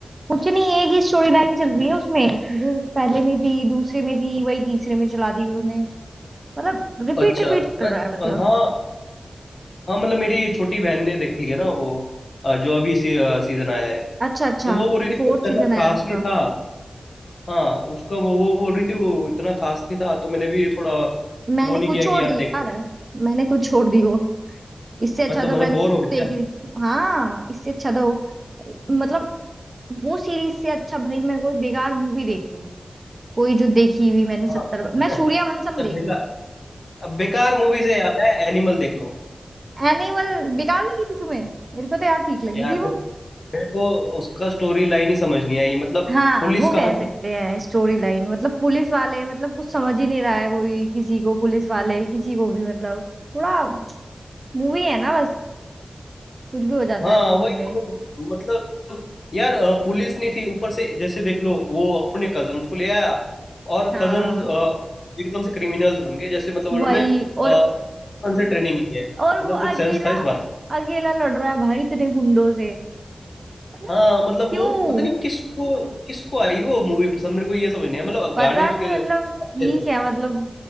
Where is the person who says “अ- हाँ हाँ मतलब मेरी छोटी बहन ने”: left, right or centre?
Left